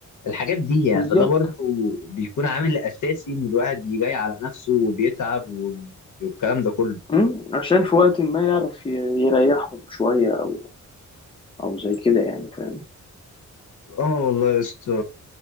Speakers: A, on the left (about 80°); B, on the left (about 15°).
A: الحاجات دي يعني
B: بالظبط
A: فده برضو بيكون عامل اساسي ان الواحد يجي على نفسه وبيتعب والكلام ده كله
B: أمم، عشان في وقت ما يعرف ي- يريحهم شويه او او زي كده يعني فاهم
A: اه والله يا اسطى